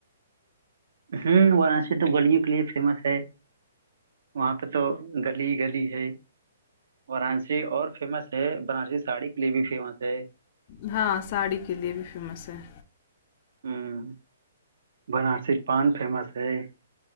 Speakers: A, on the right; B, on the left.
A: हम्म वाराणसी तो गलियों के लिए फेमस है वहां पे तो गली गली है वाराणसी और फेमस है बनारसी साड़ी के लिए भी फेमस है
B: हाँ, साड़ी के लिए भी फेमस है।
A: हम्म बनारसी पान फेमस है